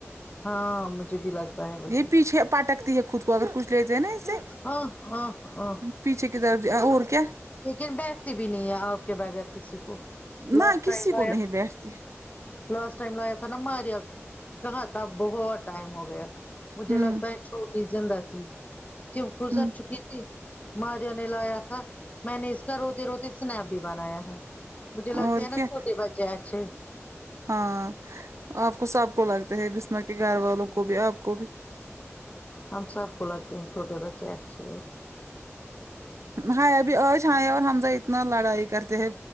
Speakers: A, on the left (about 30°); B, on the right (about 75°).
A: ہاں مجھے بھی لگتا ہے وہی
B: پیچھے پٹکتی ہے خود کو اگر کچھ لیتے ہیں نا اسے
A: ہاں ہاں ہاں
B: پیچھے ک طرف دیا اور کیا
A: لیکن بیٹھتی بھی نہیں ہے آپ کے بغیر کسی کو
B: نہ
A: لاسٹ
B: کسی
A: ٹائم لایا
B: کو نہیں بیٹھتی
A: لاسٹ ٹائم لایا تھا نا مار کہاں تھا بہت ٹائم ہو گیا مجھے
B: ہوں
A: لگتا ہے چھوٹی زندہ تھی کیوں گزر
B: ہوں
A: چکی تھی ماریا نے لایا تھا میں نے اس کا روتی روتی سنپ بھی بنایا ہے مجھے لگتے
B: اور
A: ہے نا
B: کیا
A: چھوٹے بچے اچھے
B: ہاں آپ کو سب کو لگتا ہے بسما کے گھر والوں کو بھی آپ کو بھی
A: ہم سب کو لگتے ہیں چھوٹے بچے اچھے
B: ہاں ابھی آج حیا اور ہمزہ اتنا لڑائی کرتے ہیں